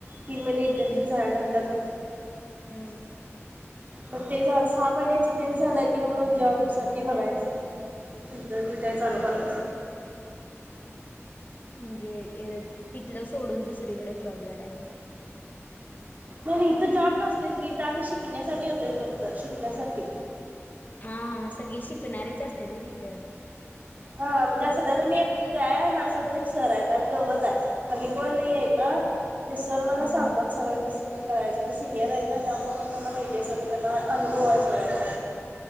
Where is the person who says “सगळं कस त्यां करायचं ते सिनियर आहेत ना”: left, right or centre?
Right